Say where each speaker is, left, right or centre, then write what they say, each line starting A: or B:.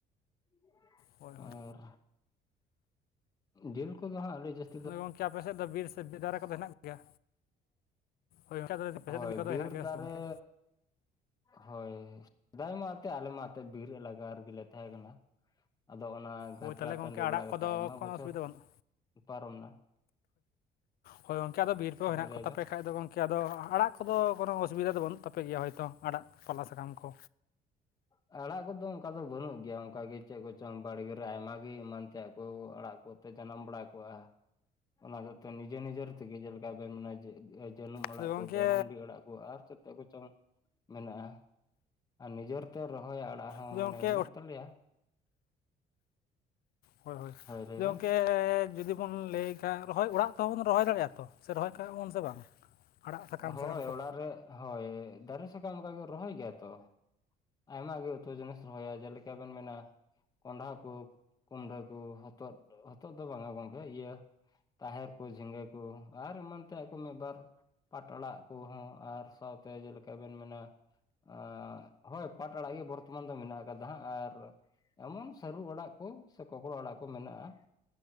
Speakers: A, on the left; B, on the left.
A: ᱾
B: ᱦᱳᱭ ᱦᱳᱭ
A: ᱟᱨ ᱡᱤᱞ ᱠᱚᱫᱚ ᱦᱟᱸᱜ ᱟᱹᱰᱤ ᱡᱟᱹᱥ
B: ᱟᱫᱚ ᱜᱚᱝᱠᱮ ᱟᱯᱮ ᱥᱮᱫ ᱫᱚ ᱵᱤᱨ ᱥᱮ ᱫᱟᱨᱮ ᱠᱚᱫᱚ ᱢᱮᱱᱟᱜ ᱜᱮᱭᱟ? ᱦᱳᱭ ᱚᱱᱠᱟ ᱫᱚ <unintelligible>
A: ᱦᱳᱭ
B: ᱵᱤᱜᱷᱟᱹ
A: ᱵᱤᱨ
B: ᱫᱚ ᱦᱮᱱᱟᱜ ᱜᱮᱭᱟ
A: ᱫᱟᱨᱮ
B: ᱥᱮ ᱜᱚᱝᱠᱮ?
A: ᱦᱳᱭ ᱥᱮᱫᱟᱭ ᱢᱟ ᱮᱱᱛᱮᱫ ᱟᱞᱮ ᱢᱟ ᱮᱱᱛᱮᱫ ᱵᱤᱨ ᱮᱞᱟᱠᱟ ᱨᱮᱜᱮ ᱞᱮ ᱛᱟᱦᱮᱸ ᱠᱟᱱᱟ ᱾ ᱟᱫᱚ ᱚᱱᱟ
B: ᱦᱳᱭ
A: ᱜᱟᱛᱨᱟ
B: ᱛᱟᱦᱚᱞᱮ ᱜᱚᱢᱠᱮ
A: ᱴᱟᱺᱰᱤ
B: ᱟᱲᱟᱜ
A: ᱵᱟᱲᱟ ᱠᱟᱛᱮ
B: ᱠᱚᱫᱚ
A: ᱟᱭᱢᱟ
B: ᱠᱳᱱᱳ
A: ᱵᱚᱪᱷᱚᱨ
B: ᱚᱥᱩᱵᱤᱫᱟ ᱵᱟᱹᱱᱩᱜ
A: ᱯᱟᱨᱚᱢ ᱮᱱᱟ ᱾
B: ᱦᱳᱭ ᱜᱚᱝᱠᱮ ᱟᱫᱚ ᱵᱤᱨ ᱠᱚ ᱦᱮᱱᱟᱜ
A: ᱦᱳᱭ ᱞᱟᱹᱭ
B: ᱠᱚᱛᱟᱯᱮ
A: ᱵᱮᱱ
B: ᱠᱷᱟᱡ ᱫᱚ ᱜᱚᱝ ᱠᱮ ᱟᱫᱚ ᱟᱲᱟᱜ ᱠᱚᱫᱚ ᱠᱳᱱᱳ ᱚᱥᱩᱵᱤᱫᱟ ᱫᱚ ᱵᱟᱹᱱᱩᱜ ᱛᱟᱯᱮ ᱜᱮᱭᱟ ᱦᱳᱭᱛᱳ, ᱟᱲᱟᱜ ᱯᱟᱞᱟ, ᱥᱟᱠᱟᱢ ᱠᱚ?
A: ᱟᱲᱟᱜ ᱠᱚᱫᱚ ᱚᱱᱠᱟ ᱫᱚ ᱵᱟᱹᱱᱩᱜ ᱜᱮᱭᱟ ᱚᱱᱠᱟ ᱜᱮ ᱪᱮᱫ ᱠᱚᱪᱚᱝ ᱵᱟᱲᱜᱮ ᱨᱮ ᱟᱭᱢᱟ ᱜᱮ ᱮᱢᱟᱱ ᱛᱮᱭᱟᱜ ᱠᱚ ᱟᱲᱟᱜ ᱠᱚᱛᱮ ᱡᱟᱱᱟᱢ ᱵᱟᱲᱟ ᱠᱚᱜᱼᱟ ᱾ ᱚᱱᱟ ᱫᱚ ᱛᱚ ᱱᱤᱡᱮᱨ ᱱᱤᱡᱮᱨ ᱛᱮᱜᱮ, ᱡᱮᱞᱮᱠᱟ ᱵᱮᱱ ᱢᱮᱱᱟ ᱡᱟᱹᱱᱩᱢ ᱟᱲᱟᱜ
B: ᱟᱫᱚ ᱜᱚᱢᱠᱮ
A: ᱠᱚ, ᱜᱟᱨᱩᱱᱰᱤ ᱟᱲᱟᱜ ᱠᱚ, ᱟᱨ ᱪᱮᱫ ᱪᱮᱫ ᱠᱚᱪᱚᱝ ᱢᱮᱱᱟᱜᱼᱟ ᱟᱨ ᱱᱤᱡᱮᱨ ᱛᱮ ᱨᱚᱦᱚᱭ ᱟᱲᱟᱜ ᱦᱚᱸ
B: ᱟᱫᱚ
A: ᱢᱟᱱᱮ
B: ᱜᱚᱢᱠᱮ
A: ᱢᱮᱱᱟᱜ ᱛᱟᱞᱮᱭᱟ ᱾
B: ᱦᱳᱭ ᱦᱳᱭ, ᱟᱪᱪᱷᱟ
A: ᱞᱟᱹᱭ ᱵᱮᱱ
B: ᱜᱚᱝᱠᱮ ᱡᱩᱫᱤ ᱵᱚᱱ ᱞᱟᱹᱭ ᱠᱷᱟᱱ ᱨᱚᱦᱚᱭ ᱚᱲᱟᱜ ᱛᱮᱵᱚᱱ ᱨᱚᱦᱚᱭ ᱫᱟᱲᱮᱜᱼᱟ ᱛᱚ, ᱥᱮ ᱨᱚᱦᱚᱭ ᱠᱟᱜ ᱵᱚᱱ ᱥᱮ ᱵᱟᱝ? ᱟᱲᱟᱜ ᱥᱟᱠᱟᱢ
A: ᱦᱳᱭ
B: ᱥᱟᱠᱟᱢ ᱠᱚ
A: ᱚᱲᱟᱜ ᱨᱮ ᱦᱳᱭ, ᱫᱟᱨᱮ ᱥᱟᱠᱟᱢ ᱚᱝᱠᱟ ᱜᱮ ᱨᱚᱦᱚᱭ ᱜᱮᱭᱟ ᱛᱚ ᱾ ᱟᱭᱢᱟ ᱜᱮ ᱩᱛᱩ ᱡᱚᱱᱤᱥ ᱨᱚᱦᱚᱭᱟ, ᱡᱮᱞᱮᱠᱟ ᱵᱤᱱ ᱢᱮᱱᱟ ᱠᱚᱱᱰᱦᱷᱟ ᱠᱚ, ᱠᱩᱢᱰᱟᱹ ᱠᱚ, ᱦᱚᱛᱚᱫᱽ ᱦᱚᱛᱚᱫᱽ ᱫᱚ ᱵᱟᱝᱟ ᱵᱟᱝᱜᱮ ᱤᱭᱟᱹ ᱛᱟᱦᱮᱨ ᱠᱚ, ᱡᱷᱤᱸᱜᱟᱹ ᱠᱚ ᱟᱨ ᱮᱢᱟᱱ ᱛᱮᱭᱟᱜ ᱠᱚ ᱢᱤᱫᱵᱟᱨ ᱾ ᱯᱟᱴ ᱟᱲᱟᱜ ᱠᱚᱦᱚᱸ ᱟᱨ ᱥᱟᱶᱛᱮ ᱡᱮᱞᱮᱠᱟ ᱵᱮᱱ ᱢᱮᱱᱟ ᱮᱸᱜ ᱦᱳᱭ ᱯᱟᱴ ᱟᱲᱟᱜ ᱜᱮ ᱵᱚᱨᱛᱚᱢᱟᱱ ᱫᱚ ᱢᱮᱱᱟᱜ ᱠᱟᱫᱟ ᱦᱟᱸᱜ ᱾ ᱟᱨ ᱮᱢᱚᱱ ᱥᱟᱹᱨᱩ ᱟᱲᱟᱜ ᱠᱚ, ᱥᱮ ᱠᱚᱠᱲᱟ ᱟᱲᱟᱜ ᱠᱚ ᱢᱮᱱᱟᱜᱼᱟ ᱾